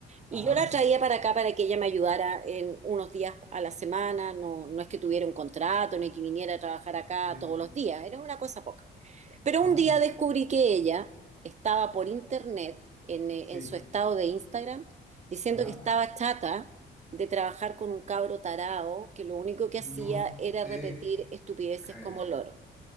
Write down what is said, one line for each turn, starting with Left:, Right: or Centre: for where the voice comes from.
Centre: Ajá,
Right: Y yo la traía para acá para que ella me ayudara en unos días a la semana, no, no es que tuviera un contrato ni que viniera a trabajar acá
Centre: sí,
Right: todos los días, era una cosa poca. Pero
Centre: ajá,
Right: un día descubrí que ella estaba por internet, en, eh,
Centre: sí,
Right: en su estado de Instagram, diciendo
Centre: ajá.
Right: que estaba chata de trabajar con un cabro tarao que lo único que
Centre: No
Right: hacía era
Centre: te
Right: repetir estupideces
Centre: creo.
Right: como loro.